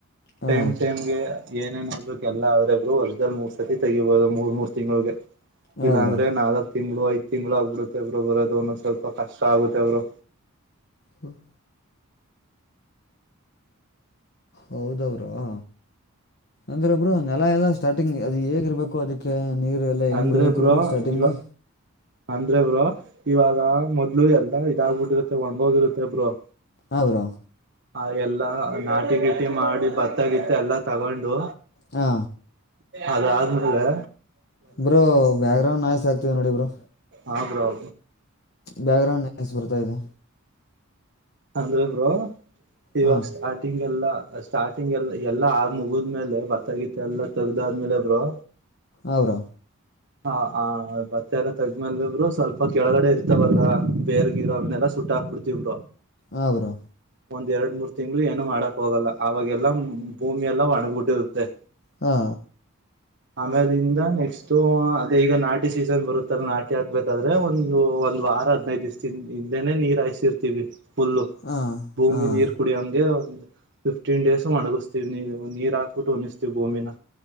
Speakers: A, on the left (about 50°); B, on the right (about 50°).
A: ಹಾಂ
B: ಟೈಮ್ ಟೈಮ್ಗೆ ಏನೇನ್ ಹ್ಬೇಕ ಎಲ್ಲ ಆದ್ರೆ ಒಬ್ರು ವರ್ಷಲ್ ಮೂರ್ ಸತಿ ತೆಗಿಬಹದು ಮೂರ್ ಮೂರ್ ತಿಂಗಳಗೆ
A: ಹಾಂ
B: ಇಲ್ಲಾ
A: ಬ್ರೋ
B: ಅಂದ್ರೆ ನಾಲ್ಕ್ ತಿಂಗಳು ಐದ್ ತಿಂಗಳು ಆಗ್ಬಿಡುತ್ತೆ ಇಬ್್ರರು ಬರೋದು ಒ ಸ್ವಲ್ಪ ಕಷ್ಟ ಆಗುತ್ತೆಬ್ರು
A: ಹ್ಮ <inaudible> ಹೌದವರು <unintelligible> ಅಂದ್ರೆ ಒಬ್ರು ನೆಲ ಎಲ್ಲ ಸ್ಟಾರ್ಟಿಂಗ್ ಅದು ಹೇಗಿರ್ಬೇಕು ಅದಕ್ಕೆ ನೀರು ಎಲ್ಲ ಹೆಂಗೆ
B: ಅಂದ್ರೆ
A: ಬಿಡಬೇಕು
B: ಬ್ರೋ
A: ಸ್ಟಾರ್ಟಿಂಗು
B: ಇವ ಅಂದ್ರೆ ಬ್ರೋ ಇವಾಗ ಮೊದ್ಲು ಎಲ್ಲ ಇದಾಗಬಿಟ್ಟಿರುತ್ತೆ ಒಣ್ಗಿರುತ್ತೆ ಬ್ರರು
A: ಹೌ್ರ
B: ಆ ಎಲ್ಲಾ ನಾಟಿ ಗಿಟಿ ಮಾಡಿ ಭತ್ತ ಗಿತ್ತ ಎಲ್ಲಾ ತಗೊಂಡು
A: ಹಾ
B: ಅದಾದ ಆದ್ಮೇಲೆ
A: ಬ್ರೋ ಬ್ಯಾಕ್ ಗ್ರೌಂಡ್ ನಾತಿ ಆಗ್ತವ್ ನೋಡಿ ಬ್ರರು
B: ಹೌ್ರ ಆ
A: ಬ್ಯಾಕ್ ಗ್ರೌಂಡ್ ನಸ್ ಬರ್ತಾ ಇದೆ
B: ಅಂದ್ರೆ ಇ ಬ್ರೋ ಇವಾಗ
A: ಹಾಂ
B: ಸ್ಟಾರ್ಟಿಂಗ್ ಎಲ್ಲಾ. ಸ್ಟಾರ್ಟಿಂಗ್ ಎಲ್ಲ ಎಲ್ಲಾ ಆ ಮುಗಿದ್ಮೇಲೆ ಬತ್ತಗೀತ ಎಲ್ಲಾ ತಗ್ದ ಆದ್ಮೇಲೆ ಬ್ರೋ.
A: ಅವರಾ
B: ಹ ಹ ಬತ್ತೆ ಎಲ್ಲ ತಗ್ಮೇಲ್ವಿಬ್ರು ಸ್ವಲ್ಪ ಕೆಳಗಡೆ ಇರ್ತವಲ್ಲ ಬೇರ್ ಗಿರನ್ನೆಲ್ಲಾ. ುಟ್ಟಾಕ್ಬಿಡ್ತವ್ರು
A: ಹೌರು
B: ಒಂದ್ ಎರಡ್ ಮೂರ್ ತಿಂ್ಗಳು ಏನು ಮಾಡಕ್ ಹೋಗಲ್ಲ ಆವಾಗೆಲ್ಲಾ ಭೂಮಿ ಎಲ್ಲಾ ಒಣಬಿಟ್ಟಿರುತ್ತೆ
A: ಹಾ
B: ಆಮೇಾಲರಿಿಂದ ನೆಕ್ಸ್ಟ್ ಅದೇ ಈಗ ನಾಟಿ ಸೀಸನ್ ಬರುತ್ತಲ್ಲ ನಾಟಿ ಹಾಕ್ಬೇಕಾದ್ರೆ ಒಂದು. ಒಂದ್ ವಾರ ಹದ್ೈದ್ ದಿವಸಿಂದ ಹಿಂದೆನನೆ ನೀರ್ ಹಾಯಸಿರ್ತಿೀವಿ. ಫುಲ್ಲು
A: ಹಾಂ
B: ಭೂಮಿ
A: ಹಾಂ
B: ನೀರ್ ಕುಡ ಹಂಗೆ ಫಿಫ್ಟೀನ್ ಡೇಸ್ ಒಣಗಿಸ್ತೀವಿ ನೀ ನೀರ್ ಹಾಕ್ಬಿಟ್ಟು ಅನಿಸ್ತೀವಿ ಭೂಮಿನ